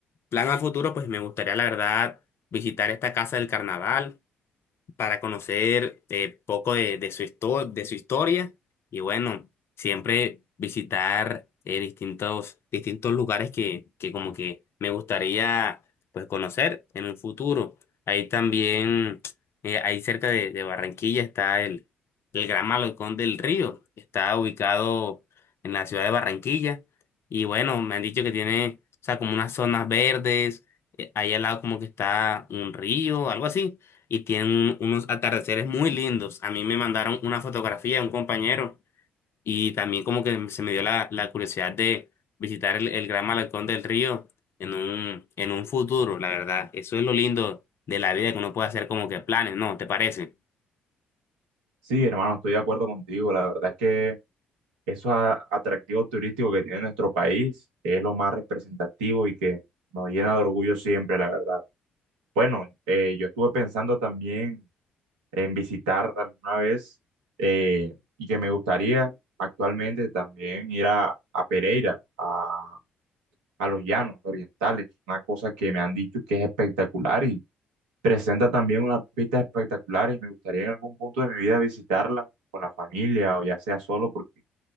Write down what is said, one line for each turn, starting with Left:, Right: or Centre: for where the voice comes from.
Left: plan a futuro, pues me gustaría, la verdad, visitar esta Casa del Carnaval para conocer eh, poco de, de su histo- de su historia y bueno, siempre visitar eh, distintos, distintos lugares que, que como que me gustaría pues conocer en un futuro. Ahí también, eh, ahí cerca de, de Barranquilla está el, el Gran Malecón del Río, que está ubicado en la ciudad de Barranquilla y bueno, me han dicho que tiene, o sea, como unas zonas verdes, eh, ahí al lado como que está un río, algo así y tienen unos atardeceres muy lindos. A mí me mandaron una fotografía, un compañero, y también como que se me dio la, la curiosidad de visitar el, el Gran Malecón del Río en un, en un futuro, la verdad. Eso es lo lindo de la vida, que uno puede hacer como que planes, ¿no? ¿Te parece?
Right: Sí, hermano, estoy de acuerdo contigo. La verdad es que esos a- atractivos turísticos que tiene nuestro país es lo más representativo y que nos llena de orgullo siempre, la verdad. Bueno, eh, yo estuve pensando también en visitar alguna vez eh, y que me gustaría actualmente también ir a, a Pereira, a, a los llanos orientales, una cosa que me han dicho que es espectacular y presenta también unas pistas espectaculares y me gustaría en algún punto de mi vida visitarla con la familia o ya sea solo porque